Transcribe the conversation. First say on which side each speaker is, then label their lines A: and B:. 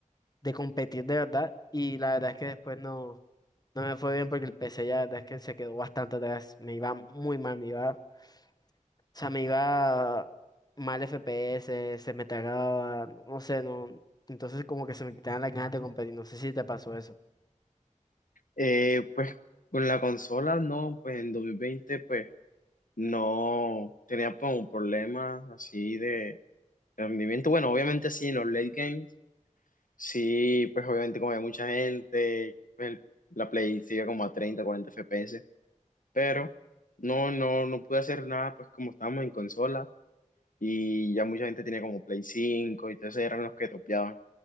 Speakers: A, on the left; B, on the left.
A: de competir de verdad. Y la verdad es que después no, no me fue bien porque el P C ya la verdad es que se quedó bastante atrás. Me iba muy mal, me iba. O sea, me iba mal FPS, se me tragaba, no sé, no. Entonces como que se me quitaban las ganas de competir. No sé si te pasó eso.
B: Eh, pues con la consola no, pues en 2020 pues no tenía pues, un problema así de de rendimiento. Bueno, obviamente sí, en los late games, sí, pues obviamente como hay mucha gente, el- la Play sigue como a 30, 40 FPS, pero no, no, no pude hacer nada pues como estábamos en consola y ya mucha gente tenía como Play 5 y entonces eran los que topeaban.